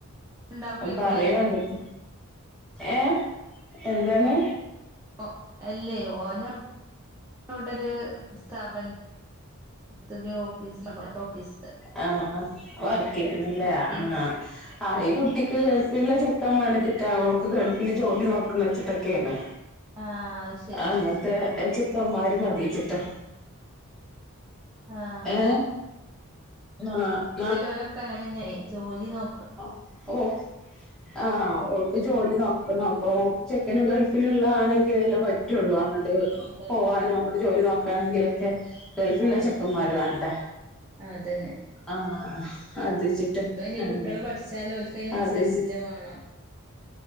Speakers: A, on the right; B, in the centre.
A: ഇണ്ടാക്കുവെക്കൂല്ലേ
B: ഉം പറയാഅവൾടെ എടുത്ത് ഏഹ് എന്താണ്
A: ഓ അല്ലേ ഓന് അവടെ ഒര് സ്ഥാപന ത്തില് ഓഫീസ് ഇവിടത്തെ ഓഫീസില്
B: ആഹ് ആഹ് വർക്ക് ചെയ്യുന്നില്ല ആഹ്
A: ഉം
B: ആഹ് കു കുട്ടിക്ക് ഗൾഫിള്ള ചെക്കൻ വേണച്ചിട്ടാ ഓൾക്ക് ഗൾഫില് ജോലി നോക്ക്ന്ന് വെച്ചിട്ടൊക്കെയാണ്
A: ആഹ് അത് ശരി
B: ആഹ് അങ്ങനത്തെ ചെക്കന്മാര് മതീച്ചിട്ടാ
A: ആഹ്
B: ഏഹ് നാ
A: ഇപ്പല്ലോലക്കെ അങ്ങനെ തന്നെ ആയി ജോലി നോ
B: ഓഹ് ഓഹ് ആഹ് ഓൾക്ക് ജോലി നോക്കണം അപ്പൊ ചെക്കന് ഗൾഫിലുള്ള ആണെങ്കിലല്ലേ പറ്റു റ്റുള്ളൂ അങ്ങട്ട്
A: അതന്നെ
B: പോവാനും അങ്ങട്ട് ജോലി നോക്കാനെങ്കിലൊക്കെ ഗൾഫിലുള്ള
A: ആഹ്
B: ചെക്കന്മാരും
A: ആഹ്
B: വേണ്ടേ
A: ആഹ് അതെ
B: ആഹ് അത് <unintelligible>
A: ഇപ്പ ഇനി
B: ആഹ്
A: കുട്ടികള് പഠിച്ചാലും ഓൽക്കയിനനുസരിച്ചില്ലേ
B: അത് വെച്ചിട്ട്
A: വേണം